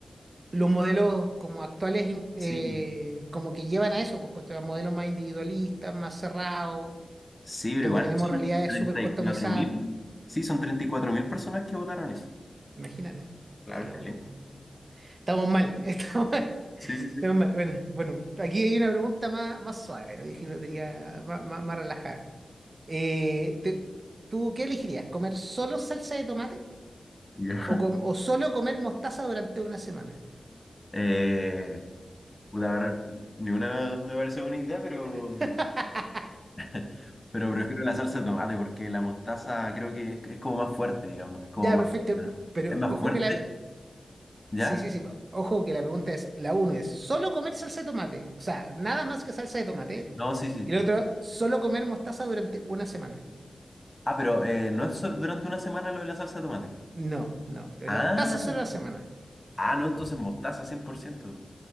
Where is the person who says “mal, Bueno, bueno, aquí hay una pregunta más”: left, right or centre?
Right